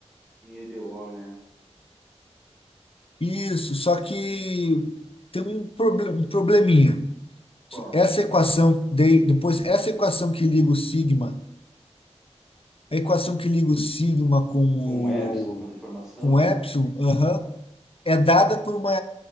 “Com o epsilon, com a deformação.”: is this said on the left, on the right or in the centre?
Centre